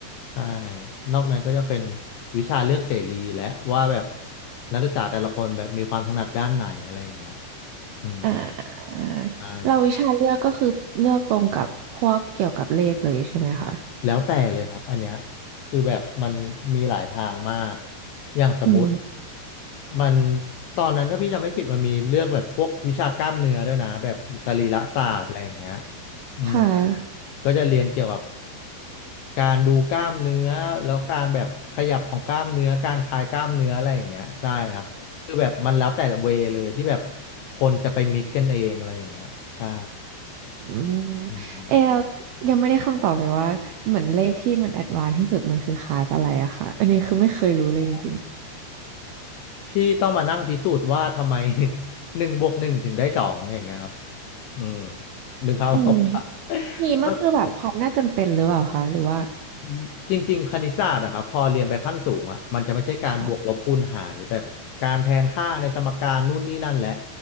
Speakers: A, on the left; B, on the right.
A: ใช่นอกนั้นก็จะเป็นวิชาเลือกเสรีและว่าแบบนักศึกษาแต่ละคนแบบมีความถนัดด้านไหนอะไรอย่างเงี้ยอืม
B: อ่า
A: ใช่
B: เราวิชาเลือกก็คือเลือกตรงกับพวกเกี่ยวกับเลขเลยใช่ไหมคะ
A: แล้วแต่เลยครับอันเนี้ยคือแบบมันมีหลายทางมากอย่างสมมุติ
B: อืม
A: มันตอนนั้นถ้าพี่จำไม่ผิดมันมีเลือกแบบพวกวิชากล้ามเนื้อด้วยนะแบบสรีระศาสตร์อะไรอย่างเงี้ยอืม
B: ค่ะ
A: ก็จะเรียนเกี่ยวกับการดูกล้ามเนื้อแล้วการแบบขยับของกล้ามเนื้อการคลายกล้ามเนื้ออะไรอย่างเงี้ยใช่ครับคือแบบมันแล้วแต่เวเลยที่แบบคนจะไปมิกกันเองอะไรอย่างเงี้ยใช่
B: อืม
A: อืม
B: เอเรายังไม่ได้คำตอบเลยว่าเหมือนเลขที่มันแอดวานซ์ที่สุดมันคือคลาสอะไรอะค่ะอันนี้คือไม่เคยรู้เลยจริง
A: อ๋อ ที่ต้องมานั่งพิสูจน์ว่าทำไม <laughs> หนึ่งบวกหนึ่งถึงได้สองอย่างเงี้ยครับอืมนึกภาพออกปะ
B: ๆอืม
A: <laughs>
B: นี่มันคือแบบความน่าจำเป็นหรือเปล่าคะหรือว่า
A: ก็ อืมจริงๆคณิตศาสตร์อะครับพอเรียนไปขั้นสูงอะมันจะไม่ใช่การบวกลบคูณหารหรือแบบการแทนค่าในสมการนู่นนี่นั่นแหละ
B: ค่ะ